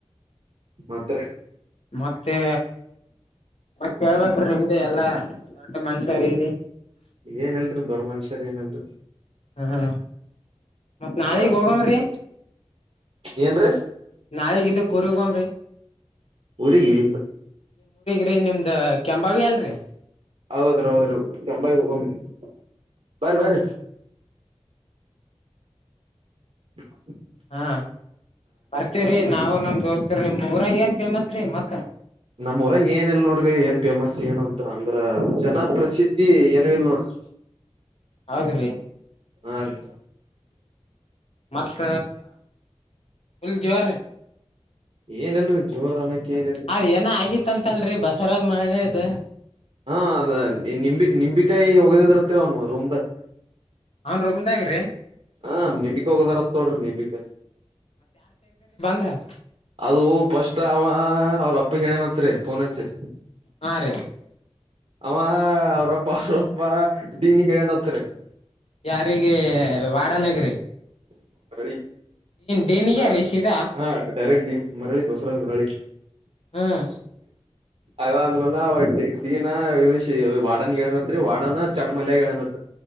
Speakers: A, on the right; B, on the left.
A: ಮಾತ್ರ
B: ಮತ್ತೆ ಮತ್ತ ಹೇಳ್ಬೇಕ್ರಿ ನಿಮ್ದೇ ಎಲ್ಲಾ. <unintelligible>
A: ಏನ್ ಇಲ್ರಿ ದೊಡ್ಡ ಮನುಷ್ಯರ ಏನ್ ಅಲ್ರಿ.
B: ಹಾ ಮತ್ತ್ ನಾಳಿಗ್
A: ಹಾ
B: ಹೋಗಮ್ರೀ.
A: ಏನ್ರೀ
B: ನಾಳಿಗ್ ಇದಕ್ಕ ಊರಿಗ್ ಹೋಗಮ್ರೀ.
A: ಊರಿಗಿ.
B: ರಿ ನಿಮ್ದ ಕೆಂಬಾವಿ ಅಲ್ರಿ.
A: ಹೌದ್ರ ಹೌದ್ರಿ ಕೆಂಭಾವಿಗ್ ಹೋಗಮ್ರೀ ಬರ್ರಿ ಬರ್ರಿ. ಹ <unintelligible>
B: ಹಾ ಬರ್ತೀವ್ರಿ ನಾವು ನಮ್ಮ್ ದೋಸ್ತೂರ್ ನಿಮ್ಮ ಊರಾಗ ಏನ್ ಫೇಮಸ್ ರೀ ಮತ್ತ.
A: ನಮ್ ಊರಾಗ ಏನ್ ಇಲ್ ನೋಡ್ರಿ ಏನ್ ಫೇಮಸ್ ಏನಂತ ಅಂದ್ರ ಜನ ಪ್ರಸಿದ್ಧಿ ಏನು ಇಲ್ ನೋಡ್ರಿ.
B: ಹೌದ್ರಿ.
A: ಹಾ ರೀ.
B: ಮತ್ತ ಫುಲ್ ಜೋರೀ.
A: ಏನ್ ಇಲ್ರಿ ಜೋರ ಅನಕ್ ಏನಲ್ರರಿ
B: ಅದ್ ಏನೋ ಆಗಿತ್ತಂತಲ್ರಿ ಬಸವರಾಜ್ ಮಾಳೇದ.
A: ಹಾ ಅದ ನಿಂಬಿ ನಿಂಬಿಕಾಯಿ ವಗದಿದ್ರಂತ್ರಿ ಅವನ ರೂಮ್ದಾಗ್.
B: ಅವನ್ ರೊಮದಾಗ್ರೀ.
A: ಹ ನೀಂಬಿಕಾಯಿ ವಗದಾರತ್ ನೋಡ್ರಿ ನಿಂಬಿಕಾಯಿ.
B: ಹ
A: ಅವೂ ಫಸ್ಟ್ ಅವ ಅವ್ರ ಅಪ್ಪಗ್ ಹೇಳ್ಯಾನತ್ರಿ ಪೊನಚ್ಚಿ.
B: ಹಾ ರೀ.
A: ಅವ ಅವ್ರಪ್ಪ ಅವ್ರಪ್ಪ ಡಿನಿಗ್ಗ್ ಹೇಳ್ಯಾನ್ ಅಂತ್ರಿ.
B: ಯಾರಿಗಿ ವಾರ್ಡ್ ನಗ್ರಿ.
A: <unintelligible>
B: ಡೀನ್ಗ
A: ಹ
B: ರೀ ಸೀದಾ
A: ಹಾ ಡೈರೆಕ್ಟ್ ನ್ ಮರಳಿ ಬಸವರಾಜ್ ಮರಳಿ
B: ಹ್ಮ್
A: ಅದಾದ್ಮೇನ ವಡ್ಡ್ ಡಿ ಡೀನ್ ಇವ್ನಿಗ್ ಶೀ ವಾರ್ಡ್ನಗ್ ಹೇಳ್ಯನತ್ರಿ ವಾಡನ ಚಟ್ ಮಲ್ಯಗ ಹೇಳ್ಯಾನ್ ಅತ್ತ.